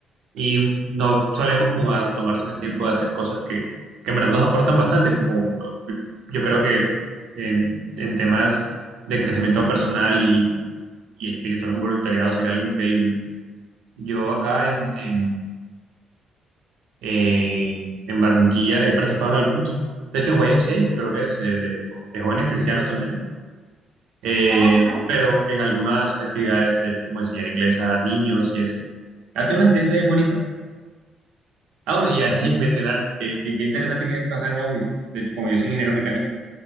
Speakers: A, on the right; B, on the right.
A: y no solemos como a tomarnos el tiempo de hacer cosas que, que en verdad nos aportan bastante, como ¿no? yo creo que en, en temas de crecimiento personal y, y espiritual, un voluntariado sería algo increíble. Yo acá en, en, en- en Barranquilla he participado en algunos, de hecho en Y M C A que creo que es eh, de, de jóvenes cristianos también, eh,
B: Ah, ajá.
A: pero en algunas actividades, de hecho, como enseñar inglés a niños y eso. Ha sido una experiencia bien bonita. Ah, bueno, y ahí
B: Ujú.
A: <laughs> mencionar que, que- qué interesante que hayas trabajado en Audi. De hecho, como yo soy ingeniero mecánico,